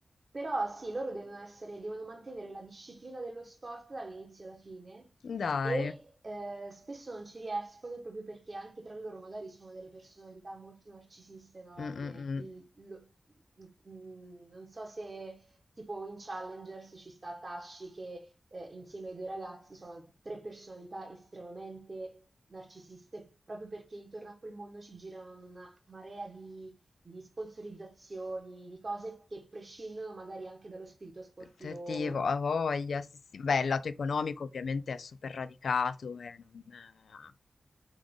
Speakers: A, on the right; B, on the left.
A: Però sì, loro devono essere, devono mantenere la disciplina dello sport dall'inizio alla fine
B: Dai.
A: e eh, spesso non ci riescono proprio perché anche tra loro magari sono delle personalità molto narcisiste, no? Alla
B: Mm,
A: fine,
B: mm, mm.
A: Il- lo- mm, non so se tipo in Challengers ci sta Tashi che eh, insieme ai due ragazzi sono tre personalità estremamente narcisiste, proprio perché intorno a quel mondo ci girano una marea di di sponsorizzazioni, di cose che prescindono magari anche dallo spirito sportivo.
B: Protettivo, a voglia, sì, sì. Beh, il lato economico ovviamente è super radicato e non... eh,